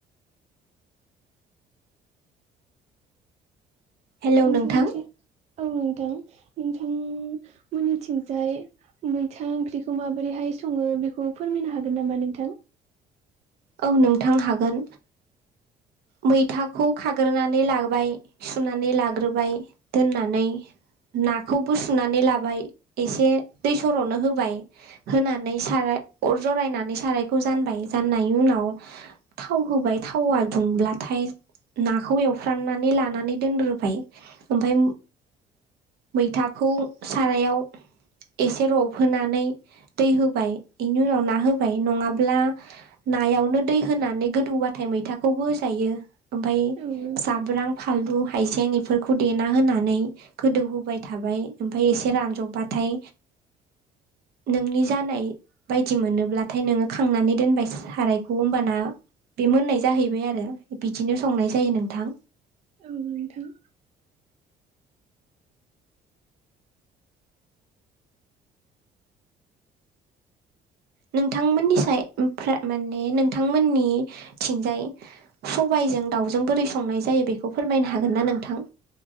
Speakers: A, on the right; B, on the right.
A: हेलौ
B: नोंसोरनिथिं
A: नोंथां
B: औ नोंथां नोंथां मोननिथिंजाय मैथा ओंख्रिखौ माबोरैहाय सङो बेखौ फोरमायनो हागोन नामा नोंथां
A: औ नोंथां हागोन मैथाखौ खाग्रोनानै लाबाय सुनानै लाग्रोबाय दोननानै नाखौबो सुनानै लाबाय एसे दै सर'नो होबाय होनानै साराय अर जरायनानै सारायखौ जानबाय जाननाय नि उनाव थाव होबाय थावा दुंब्लाथाय नाखौ एवफ्राननानै लानानै दोनग्रोबाय ओमफाय मैथाखौ सारायाव एसे रबहोनानै दै होबाय बेनि उनाव ना होबाय नङाब्ला नायावनो दै होनानै गोदौबाथाय मैथाखौबो होजायो ओमफ्राय
B: औ नोंथां
A: जाब्रां फानलु हाइजें इफोरखौ देना होनानै गोदौहोबाय थाबाय ओमफ्राय एसे रानजबबाथाय। नोंनि जानाय बायदि मोनोब्लाथाय नोङो खांनानै दोनबायस सारायखौ होनबाना बे मोननाय जाहैबाय आरो बिदिनो संनाय जायो नोंथां।
B: औ नोथां।
A: नोंथांमोननि साय माने नोंथांमोननिथिंजाय सबाय <unintelligible> दाउजों बोरै संनाय जायो बेखौ फोरमायनो हागोन ना नोंथां?